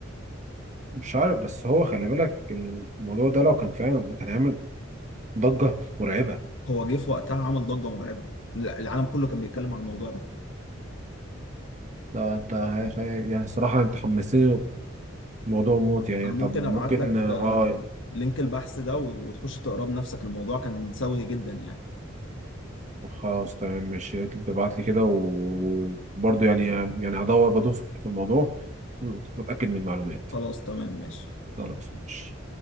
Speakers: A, on the right; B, on the left.
A: مش عارف بس هو خلي بالك الموضوع ده لو كان فعلا كان هيعمل ضجة مرعبة
B: هو جه في وقتها عمل ضجة مرعبة لا، العالم كله كان بيتكلم عن الموضوع ده
A: لا انت هي- هي- يعني الصراحة انت حمستني موضوع موت يعني
B: انا
A: طب
B: ممكن
A: ممكن
B: ابعت لك
A: اه
B: آه، لينك البحث ده و- وتخش تقراه بنفسك الموضوع كان سوي جدا يعني
A: طب خلاص تمام ماشي ابعت لي كده وبرضه يعني يعني هدور بدور في الموضوع واتأكد من المعلومات
B: خلاص تمام ماشي
A: خلاص ماشي